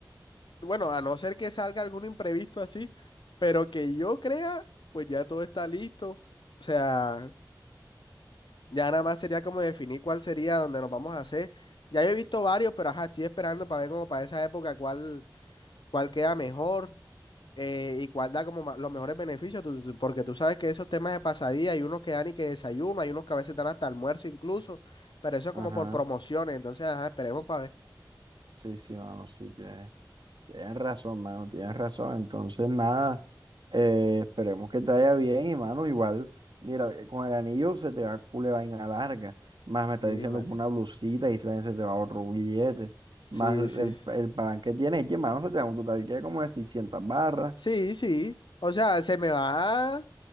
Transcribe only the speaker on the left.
Bueno, a no ser que salga algún imprevisto así, pero que yo crea, pues ya todo está listo. O sea, ya nada más sería como definir cuál sería donde nos vamos a hacer. Ya yo he visto varios, pero ajá, estoy esperando para ver como para esa época cuál, cuál queda mejor. eh, y cuál da como ma- los mejores beneficios, tú- tú- porque tú sabes que esos temas de pasadía hay unos que dan y que desayuno, hay unos que a veces dan hasta almuerzo incluso, pero eso es
como por promociones, entonces ajá, esperemos para ver.
Sí,
man.
Sí,
sí.
Sí, sí. O sea, se me va.